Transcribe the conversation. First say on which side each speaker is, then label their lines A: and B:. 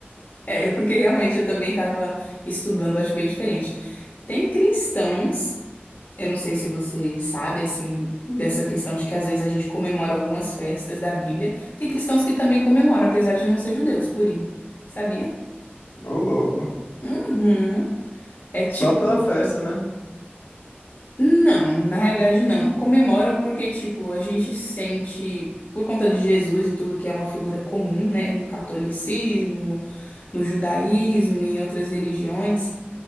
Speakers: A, on the left; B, on the left.
A: É, porque realmente eu também estava estudando, acho bem diferente. Tem cristãos, eu não sei se você sabe, assim, dessa questão de que às vezes a gente comemora algumas festas da Bíblia. Tem cristãos que também comemoram, apesar de não ser judeus, purim. Sabia?
B: Ô, louco.
A: Uhum. É tipo.
B: Só pela festa, né?
A: Não, na realidade não. Comemoram porque, tipo, a gente sente, por conta de Jesus e tudo, que é uma figura comum, né, no catolicismo, no judaísmo e em outras religiões.